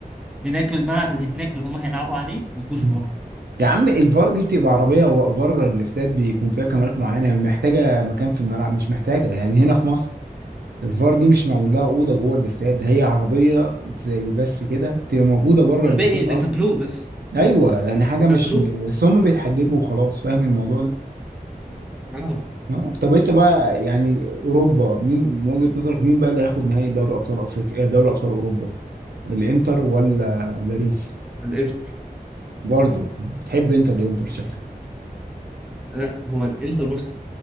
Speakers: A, in the centre; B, on the right.
A: هناك الملعب اللي هناك اللي هم هيلعبوا عليه ما فيهوش
B: مم.
A: فار
B: يا عم الفار دي بتبقى عربيه بره الاستاد بيكون فيها كاميرات معينه يعني محتاجه مكان في الملعب مش محتاجه يعني هنا في مصر الفار دي مش معمول لها اوضه جوه الاستاد ده هي عربيه زي بس كده تبقى موجوده بره
A: على
B: الاستاد
A: الباقي ده
B: اصلا
A: تابلو بس
B: ايوه يعني حاجه
A: ده
B: مش
A: تابلو
B: بس هم بيتحججوا وخلاص فاهم الموضوع ده
A: اه
B: آه، طب انت بقى يعني اوروبا مين من وجهة نظرك مين بقى اللي هياخد نهائي دوري ابطال افريقيا آه، دوري ابطال اوروبا الانتر ولا باريس
A: الانتر
B: برضو بتحب انت الانتر شكلك
A: لا هو الانتر بص